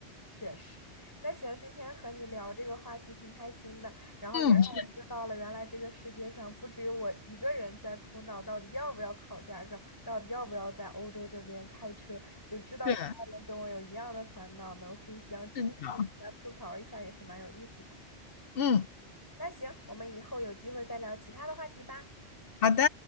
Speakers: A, on the left (about 20°); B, on the left (about 60°).
A: 确实，那行，今天和你聊这个话题挺开心的，然后也让我知道了，
B: 嗯，是
A: 原来这个世界上不只有我一个人在苦恼，到底要不要考驾照，到底要不要在欧洲这边开车，就知道其他人跟我有一样的烦恼，
B: 是
A: 能互相倾诉一下、
B: 的，
A: 吐槽一下，也是蛮有意思的。
B: 嗯，
A: 那行，我们以后有机会再聊其他的话题吧。
B: 好的。